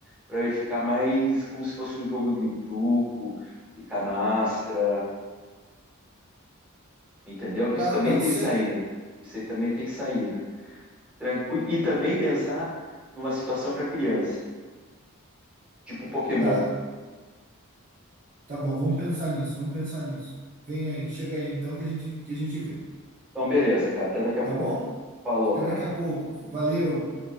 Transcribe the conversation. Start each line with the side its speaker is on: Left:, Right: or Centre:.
Centre: para ele ficar mais como se fosse um jogo de truco, de canastra, entendeu? Que
Right: Tá,
Centre: isso também
Right: pode
Centre: tem
Right: ser?
Centre: saída. Isso aí também tem saída. Tranquilo. E também pensar numa situação para criança, tipo Pokémon.
Right: Tá. Tá bom, vamos pensar nisso, vamos pensar nisso. Vem aí, chega aí então que a gente que a gente vê.
Centre: Então, beleza, cara. Até daqui a
Right: Tá
Centre: pouco.
Right: bom?
Centre: Falou,
Right: Até
Centre: cara.
Right: daqui a pouco. Valeu.